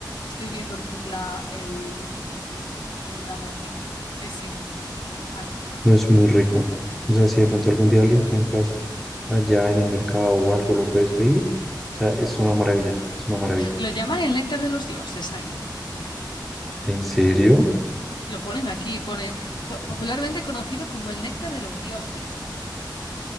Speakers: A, on the left (about 85°); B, in the centre.
A: estoy viendo el, fu- la- el, el zumito. En plan, aquí. Sí, sí. Ay,
B: No es muy rico. O sea, si de pronto algún
A: jope.
B: día lo encuentras allá en el mercado o algo, lo puedes pedir. O sea, es
A: Ok.
B: una maravilla, es una maravilla.
A: Lo llaman el néctar de los dioses ahí.
B: ¿En serio?
A: Lo ponen aquí, ponen po- popularmente conocido como el néctar de los dioses.